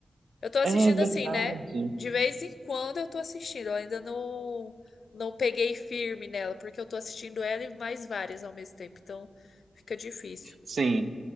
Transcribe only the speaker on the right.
É verdade.
Sim.